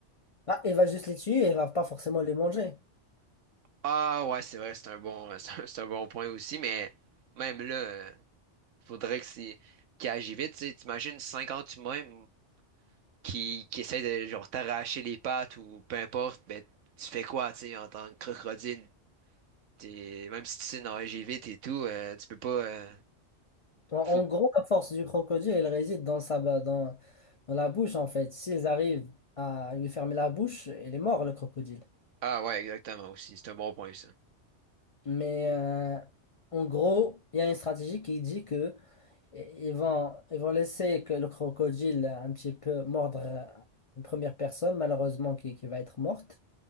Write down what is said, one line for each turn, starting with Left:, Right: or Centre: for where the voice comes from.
Left: Ah, il va juste les tuer, il va pas forcément les manger.
Right: Ah ouais, c'est vrai, c'est un bon, <laughs> c'est un, c'est un bon point aussi, mais même là, euh, faudrait que c'est qu'il agit vite. Tu sais, t'imagines 50 humains m- qui, qui essaient de genre t'arracher les pattes ou peu importe, ben tu fais quoi, tu sais, en tant que crocodile? T'es, même si tu sais nager vite et tout, euh, tu peux pas. euh,
Left: En, en
Right: faut...
Left: gros, la force du crocodile, elle réside dans sa, ba- dans, dans la bouche, en fait. S'ils arrivent à lui fermer la bouche, il est mort, le crocodile.
Right: Ah ouais, exactement aussi, c'est un bon point ça.
Left: Mais euh, en gros, il y a une stratégie qui dit que i- ils vont, ils vont laisser que le crocodile un petit peu mordre euh, une première personne, malheureusement, qui, qui va être morte.